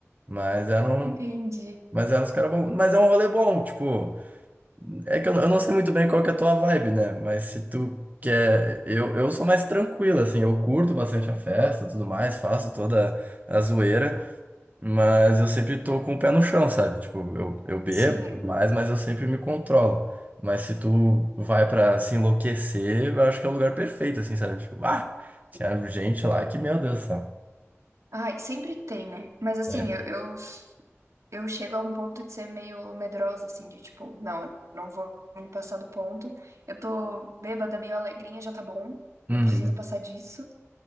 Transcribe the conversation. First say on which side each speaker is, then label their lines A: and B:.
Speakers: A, on the right; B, on the right.
A: mas eram,
B: Entendi.
A: mas eram os caras bons. Mas é um rolê bom, tipo, é que eu, não- eu não sei muito bem qual que é a tua vibe, né? Mas se tu quer, eu, eu sou mais tranquilo, assim, eu curto bastante a festa, tudo mais, faço toda a zoeira. Mas eu sempre tô com o pé no chão, sabe? Tipo, eu, eu bebo
B: Sim.
A: e tudo mais, mas eu sempre me controlo. Mas se tu vai pra se enlouquecer, eu acho que é o lugar perfeito, assim, sabe? Tipo, ah, tinha gente lá que, meu Deus, sabe?
B: Ai, sempre tem, né? Mas assim,
A: É.
B: eu, eu, eu chego a um ponto de ser meio medrosa, assim, de tipo, não, eu não vou me passar do ponto. Eu tô bêbada, meio alegrinha, já tá bom. Não
A: Uhum.
B: precisa passar disso.